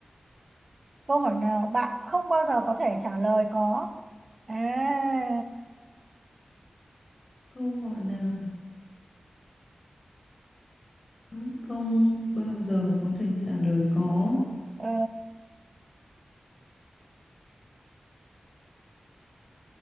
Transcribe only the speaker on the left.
Câu hỏi nào bác không bao giờ có thể trả lời có.